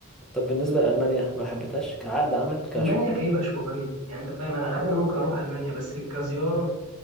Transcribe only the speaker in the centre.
طب بالنسبة لألمانيا ما حبيتهاش كعقد عمل كش